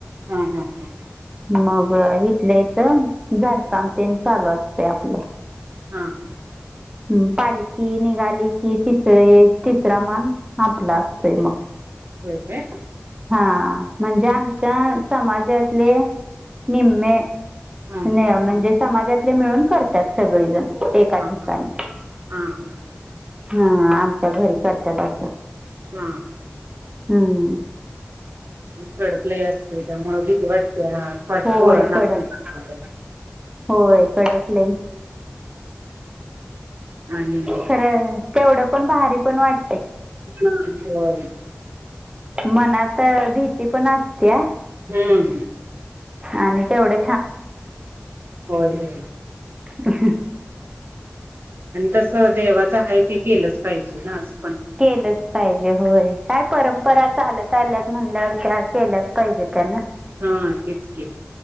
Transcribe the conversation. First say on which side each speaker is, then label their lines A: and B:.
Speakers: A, on the right; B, on the right.
A: हा हा हा
B: मग इथल्या इथ झाडकामतेन चालू असतय आपलं
A: हा हा हा
B: हम् पालकी निघाली की तिसरे तिसरा मान आपला असतोय मग
A: होय काय.
B: हा म्हणजे आमच्या समाजातले निम्मे
A: हा
B: नाय म्हणजे समाजातले मिळून करतात सगळेजण एका
A: हा हा
B: ठिकाणी
A: ह हा हा
B: हा आमच्या घरी करत्यात असं
A: हा-
B: हूं
A: कडक लय असतय त्यामुळ भीती वाटतय पट
B: होय
A: पोरांना
B: कडक
A: <unintelligible>
B: होय कडक लई
A: आणि <unintelligible>
B: खरं तेवढं पण भारी पण वाट
A: <unintelligible>
B: मनात भीती पण असतेया.
A: हम्म
B: आणि तेवढं
A: होय हो
B: ह
A: आणि तसं देवाचं आहे ते केलंच पाहिजे ना अस
B: केलंच पाहिजे होय काय परंपरा चालत आल्यात म्हणल्यावर त्या केल्याच पाहिजे त्यांना
A: हा तेच की